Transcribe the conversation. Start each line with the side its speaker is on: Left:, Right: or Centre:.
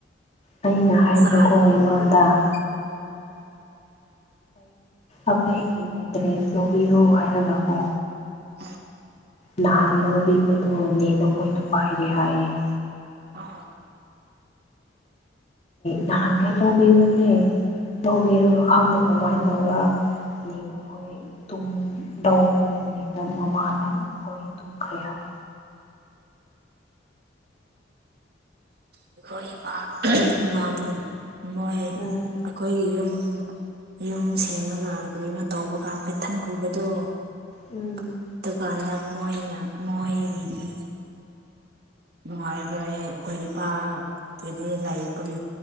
Left: ꯑꯩꯅ ꯍꯥꯏꯕꯀꯣ
Right: ꯆꯥꯗ
Left: ꯏꯃꯥꯗ ꯑꯩꯒꯤꯅꯦꯇ꯭ꯔꯦꯁ ꯂꯧꯕꯤꯔꯣ ꯍꯥꯏꯔꯒꯀꯣ
Right: ꯎꯝ
Left: ꯅꯍꯥꯟ ꯂꯤꯕꯗꯣꯅꯦ ꯅꯈꯣꯏꯅ ꯄꯥꯏꯔꯦ ꯍꯥꯏꯌꯦ
Right: ꯑꯝ
Left: ꯅꯍꯥꯟꯒꯦ ꯂꯧꯕꯤꯌꯨ ꯈꯅꯦ ꯂꯧꯕꯤꯔ ꯈꯪꯗꯦ ꯀꯃꯥꯏꯅ ꯇꯧꯔꯅꯦ ꯅꯈꯣꯏ ꯑꯩ ꯇꯨꯝꯗꯧꯈ꯭ꯔꯅꯤꯅ ꯃꯃꯥꯅ ꯃꯈꯣꯏ ꯇꯨꯝꯈꯩ ꯍꯥꯏ
Right: ꯑꯩꯈꯣꯏ ꯏꯃꯥ ꯏꯃꯥꯗ ꯃꯣꯏ
Left: ꯎꯝ
Right: ꯑꯩꯈꯣꯏ ꯌꯨꯝ ꯌꯨꯝ ꯁꯦꯝꯃꯒ ꯀꯅꯣ ꯇꯧꯕ ꯀꯥꯟ ꯀꯩꯊꯟ ꯄꯨꯕꯗꯣ
Left: ꯎꯝ
Right: ꯑꯗꯨꯒꯀꯥꯟꯗ ꯃꯣꯏ ꯃꯣꯏꯔꯦ ꯅꯨꯡꯉꯥꯏꯔꯣꯏ ꯑꯩꯈꯣꯏ ꯏꯄꯥꯀꯤꯗꯤ ꯂꯄꯒꯤ